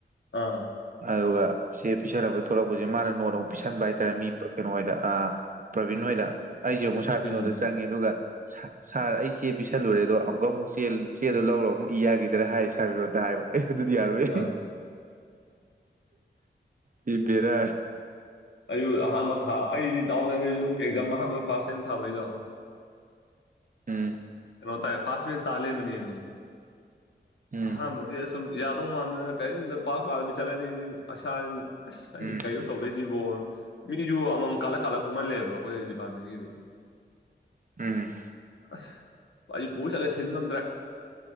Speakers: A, on the left; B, on the right.
A: ꯑꯥ
B: ꯑꯗꯨꯒ ꯆꯦ ꯄꯤꯁꯟꯅꯕ ꯊꯣꯛꯂꯛꯄꯁꯦ ꯃꯥꯅ ꯅꯣꯠ ꯑꯃꯨꯛ ꯄꯤꯁꯟꯕ ꯍꯥꯏꯇꯥꯔꯦ ꯃꯤ ꯀꯩꯅꯣ ꯍꯥꯏꯗ ꯑꯥ ꯄ꯭ꯔꯕꯤꯟ ꯍꯣꯏꯗ ꯑꯩꯁꯦ ꯑꯃꯨꯛ ꯁꯥꯔ ꯕꯤꯅꯣꯗꯇ
A: ꯎꯝ
B: ꯆꯪꯉꯦ ꯑꯗꯨꯒ ꯁꯥ ꯁꯥꯔ ꯑꯩ ꯆꯦ ꯄꯤꯁꯜꯂꯨꯔꯦꯗꯣ ꯑꯃꯨꯛꯀ ꯑꯃꯨꯛ ꯆ ꯆꯦꯗꯣ ꯂꯧꯔꯒ ꯑꯃꯨꯛ ꯏ ꯌꯥꯈꯤꯗꯔꯥ ꯍꯥꯏꯌꯦ ꯁꯥꯔꯕꯤꯗꯣꯗꯥꯏꯕ ꯑꯩ ꯑꯗꯨꯗꯤ ꯌꯥꯔꯣꯏ
A: ꯑꯥ
B: ꯍꯥꯏꯔ
A: ꯑꯩꯁꯨ ꯑꯍꯥꯟꯕ ꯊꯥ ꯑꯩꯗꯤ ꯗꯥꯎꯅꯈꯩꯁꯨ ꯑꯦꯛꯖꯥꯝ ꯑꯍꯥꯟꯕ ꯐꯥꯔꯁ ꯁꯦꯝ ꯊꯥꯕꯩꯗꯣ
B: ꯎꯝ
A: ꯔꯣꯇꯥ ꯐꯥꯁꯃꯤꯁꯂꯃꯅꯤꯅꯤ
B: ꯎꯝ
A: ꯍꯥ ꯃꯗꯤꯁ ꯁꯨꯝ ꯌꯥꯗꯧ ꯃꯥꯟꯗꯅ ꯀꯔꯤꯝꯇ ꯄꯥꯛ ꯄꯥꯔꯕꯤ ꯆꯠꯂ ꯑꯁꯥ ꯑꯁ ꯑꯩ
B: ꯎꯝ
A: ꯀꯣ ꯇꯧꯗꯣꯏꯁꯤꯕꯣ ꯃꯤꯁꯨ ꯑꯃꯃꯝ ꯀꯥꯜꯂ ꯀꯥꯜꯂ ꯐꯝꯍꯜꯂꯦꯕ ꯑꯈꯣꯏ ꯗꯤꯄꯥꯔꯠꯃꯦꯟꯒꯤꯗꯤ
B: ꯎꯝ
A: ꯑ ꯑꯩ ꯄꯨꯔ ꯆꯠꯂꯦ ꯁꯤꯟ ꯉꯝꯗ꯭ꯔꯦ